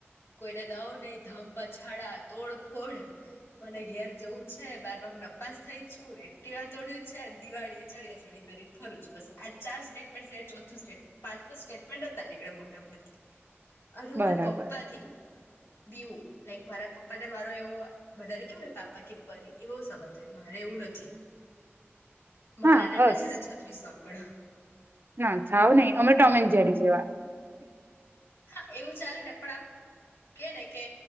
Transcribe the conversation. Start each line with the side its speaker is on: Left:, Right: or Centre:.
Left: કોઈને દવ ની ધમ્પપછાડા તોડ ફોડ મને ઘેર જવું છે બારમાં માં નપાસ થઈ છું એક્ટિવા તોડ્યું છે દિવાળી ચણિયાચોરી પહેરીને ફરું છું બસ આ ચાર સ્ટે ચોથુ સ્ટેટમેન્ટ પાંચમુ સ્ટેટમેન્ટ એજ ના નીકળે મોડામાંથી અને
Right: બરાબર
Left: માર પપ્પા થી બીવું લાઈક મારા પપ્પા ને મારો એવો બધાને કેવું હોય પાપા કે પરી એવો સમાજ થાય મારે એવું નથી મારેને
Right: હા
Left: એમને
Right: અસ
Left: છે ને છત્રીસ નો આ પકળ
Right: ના છાવ નહિ અમે ટોમેન જરી જેવા
Left: હા એવું ચાલે ને પણ આ કે ને કે